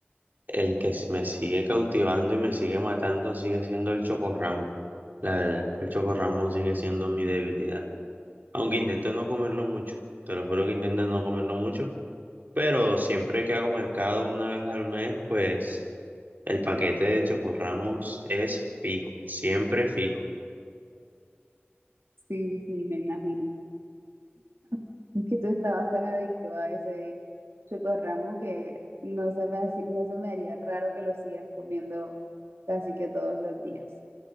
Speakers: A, on the right (about 45°); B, on the right (about 80°).
A: el que s- me sigue cautivando y me sigue matando sigue siendo el chocorramo. La verdad, el chocorramo sigue siendo mi debilidad. Aunque intento no comerlo mucho. Te lo juro que intento no comerlo mucho Pero siempre que hago mercado una vez al mes, pues el paquete de Chocorramos es fijo, siempre fijo.
B: Sí, sí, me imagino. <laughs> Es que tú estabas tan adicto a ese chocorramo que no se me, haci- no se me haría raro que lo sigas comiendo casi que todos los días.